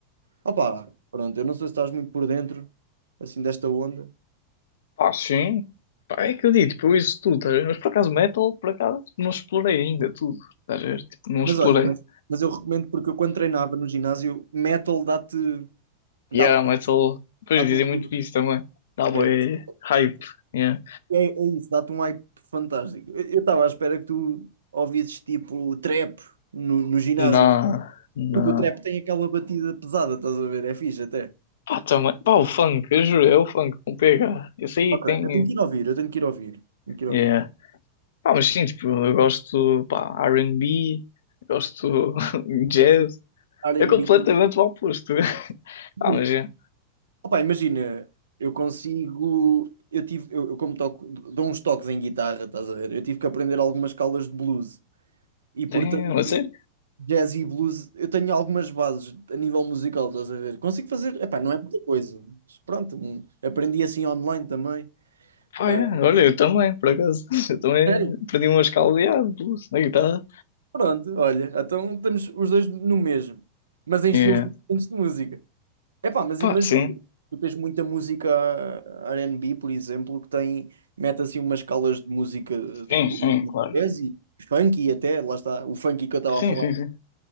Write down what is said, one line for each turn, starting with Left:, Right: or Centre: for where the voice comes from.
Right: Opá, pronto, eu não sei se estás muito por dentro assim desta onda.
Left: Ah, sim. Pá, é que eu digo, tipo, eu isso tudo, tá a ver? Mas por acaso metal, por acaso, não explorei ainda tudo, tá a ver? Tipo, não
Right: Mas
Left: explorei.
Right: olha, mas, mas eu recomendo porque eu quando treinava no ginásio, metal dá-te
Left: Yeah,
Right: dá-te
Left: metal, depois
Right: dá-te
Left: dizem
Right: um
Left: muito
Right: boost,
Left: disso também. Dá
Right: que
Left: bué
Right: É,
Left: hype, yeah.
Right: é, é isso, dá-te um hype fantástico. Eu eu estava à espera que tu ouvisses tipo trap no, no ginásio.
Left: Na, na...
Right: Porque o trap tem aquela batida pesada, estás a ver? É fixe até.
Left: Pá, também, pá, o funk, eu juro, é o funk com PH. Eu sei
Right: Ok,
Left: que tem,
Right: eu tenho que ir ouvir, eu tenho que ir ouvir. Tenho que ir ouvir.
Left: yeah. Pá, mas sim, tipo, eu gosto, pá, R&B, gosto <laughs> jazz.
Right: Mas o R&B.
Left: É completamente o oposto. <laughs> Ah,
Right: Sim.
Left: mas é,
Right: Opa, imagina, eu consigo. Eu tive, eu, eu como toco, dou uns toques em guitarra, estás a ver? Eu tive que aprender algumas escalas de blues. E portanto,
Left: é, a sério,
Right: jazz e blues, eu tenho algumas bases a nível musical, estás a ver? Consigo fazer, epá, não é muita coisa. Mas pronto, hum, aprendi assim online também.
Left: Pá,
Right: Ah,
Left: é. Olha, eu também, por acaso. <laughs> Eu também
Right: Sério?
Left: aprendi umas caldeadas na guitarra.
Right: Pronto, olha, então estamos os dois no mesmo, mas em
Left: É.
Right: estilos diferentes de música. Epá, mas
Left: Pá,
Right: imagina,
Left: sim.
Right: tu tens muita música R&B, por exemplo, que tem, mete assim umas escalas de música de
Left: Sim,
Right: blues,
Left: sim,
Right: e
Left: claro.
Right: jazz e funky até, lá está, o funk que eu estava
Left: Sim,
Right: a falar.
Left: sim, sim.